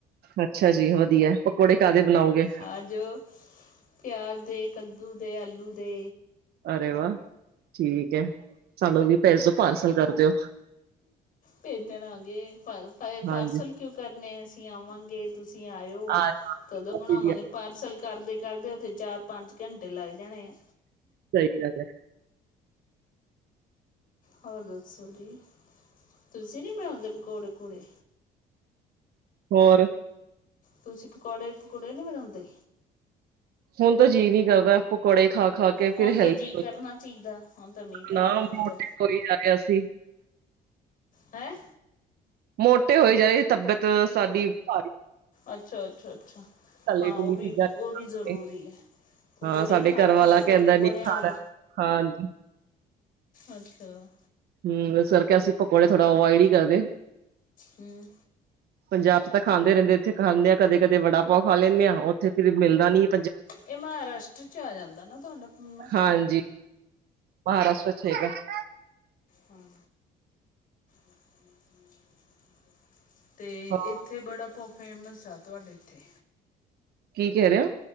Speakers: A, on the right; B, on the left.
A: ਅੱਛਾ ਜੀ ਵਧੀਆ। ਪਕੋੜੇ ਕਾਹਦੇ ਬਣਾਓਗੇ
B: ਆਜ ਪਿਆਜ ਦੇ, ਕੱਦੂ ਦੇ, ਆਲੂ ਦੇ
A: ਅਰੇ ਵਾਹ! ਠੀਕ ਹੈ, ਸਾਨੂੰ ਵੀ ਭੇਜੋ, ਪਾਰਸਲ ਕਰ ਦਿਓ।
B: ਭੇਜਣਗੇ ਪ- ਪਾਰਸਲ
A: ਹਾਂਜੀ
B: ਕਿਉਂ ਕਰਨੇ, ਅਸੀਂ ਆਵਾਂਗੇ ਤੁਸੀਂ ਆਇਓ।
A: ਆ
B: ਕਦੋ ਬਣਾਵਾਂਗੇ
A: ਅਸੀਂ ਵੀ
B: ਪਾਰਸਲ ਕਰਦੇ -ਕਰਦੇ ਉਥੇ ਚਾਰ- ਪੰਜ ਘੰਟੇ ਲੱਗ ਜਾਣੇ ਆ।
A: ਸਹੀ ਕਿਹਾ ਹੈ।
B: ਹੋਰ ਦੱਸੋ ਜੀ, ਤੁਸੀਂ ਨਹੀਂ ਬਣਾਉਂਦੇ ਪਕੌੜੇ- ਪਕੂੜੇ?
A: ਹੋਰ
B: ਤੁਸੀਂ ਪਕੌੜੇ -ਪਕੁੜੇ ਨੀ ਬਣਾਉਂਦੇ?
A: ਹੁਣ ਤੋ ਜੀਅ ਨੀ ਕਰਦਾ, ਪਕੌੜੇ ਖਾ- ਖਾ ਕੇ
B: ਹੁਣ
A: ਫਿਰ
B: ਤਾਂ
A: ਹਲਥ
B: ਜੀ ਕਰਨਾ ਚਾਹੀਦਾ ਹੁਣ ਤਾਂ ਮੀਂਹ ਪੈਂਦਾ
A: ਨਾ
B: ਹੁਣ
A: <unintelligible>
B: ਤਾਂ
A: ਕੋਈ ਜਾ ਰਿਹਾ ਸੀ
B: ਹੈਂ।
A: ਮੋਟੇ ਹੋਈ ਗੇ ਤਬੀਅਤ ਸਾਡੀ ਭ
B: ਅੱਛਾ -ਅੱਛਾ -ਅੱਛਾ।
A: ਤਲੀ
B: ਹਾਂ,
A: ਤੁਲੀ
B: ਉਹ ਵੀ,
A: ਚੀਜ਼ਾਂ
B: ਉਹ ਵੀ ਜ਼ਰੂਰੀ
A: ਕਰਕੇ
B: ਹੈ। ਪਕੌੜੇ
A: ਹਾਂ ਸਾਡੇ
B: ਖਾ-
A: ਘਰ
B: ਖਾ
A: ਵਾਲਾ
B: ਕੇ,
A: ਕਹਿੰਦਾ
B: ਪਕੌੜਿਆਂ
A: ਨਹੀਂ ਖਾਣਾ
B: ਅਰਗ
A: ਹਾਂਜੀ
B: ਅੱਛਾ।
A: ਹੂ, ਸਰ ਅਸੀਂ ਕਿਹਾ ਪਕੌੜਾ ਫੜੋ, ਅਵਇਡ ਹੀ ਕਰਦੇ।
B: ਹੂੰ
A: ਪੰਜਾਬ ਚ' ਤਾਂ ਖਾਂਦੇ ਰਹਿੰਦੇ ਇੱਥੇ ਖਾਂਦੇ ਆਂ ਕਦੇ- ਕਦੇ ਵੜਾ ਪਾਓ ਖਾ ਲੈਂਦੇ ਆਂ, ਉੱਥੇ ਫਿਰ ਮਿਲਦਾ ਨਹੀਂ।
B: ਇਹ ਮਹਾਰਾਸ਼ਟਰ ਚ' ਆ ਜਾਂਦਾ ਨਾ ਤੁਹਾਡਾ ਪੂਨਾ।
A: ਹਾਂਜੀ। <unintelligible>
B: ਹਾਂ। <inaudible> ਤੇ
A: ਹਾਂ
B: ਏਥੇ ਬੜਾ-ਪਾਉ ਫੇਮਸ ਆ ਤੁਹਾਡੇ ਏਥੇ।
A: ਕੀ ਕੇ ਰਹੇ ਔ?